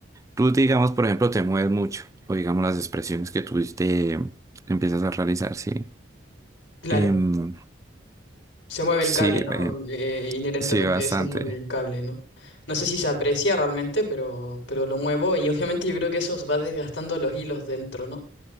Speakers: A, on the right; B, on the left.
A: tú digamos, por ejemplo, te mueves mucho o digamos las expresiones que tú te empiezas a realizar, ¿sí?
B: Claro,
A: Em,
B: Se mueve el
A: sí,
B: cable, ¿no?
A: eh,
B: Eh, inherentemente
A: sí, bastante.
B: se mueve el cable, ¿no? No sé si se aprecia realmente, pero, pero lo muevo y obviamente yo creo que eso os va desgastando los hilos dentro, ¿no?